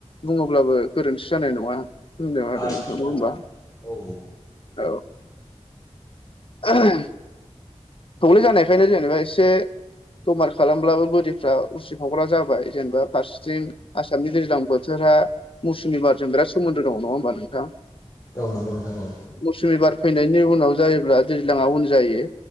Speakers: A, on the left (about 50°); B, on the left (about 30°).
A: बुङोब्लाबो गोरोन्थि जानाय नङा। होनदों
B: आदसा
A: नोंथाङा होमबा
B: औ
A: औ <inaudible> थौले जानायखायनो जेनेबा एसे दमार खालामब्लाबो बिफ्रा उसिफावग्रा जाबाय जेनेबा फारसेथिं आसामनि दैज्लां बोथोरा मुसुमि बारजों बिराद सोमोन्दो दङ नङा होमबा नोंथां
B: औ नंगौ नोंथां औ
A: मुसुमि बार फैनायनि उनाव जायोब्ला दैज्लाङा उन जायो।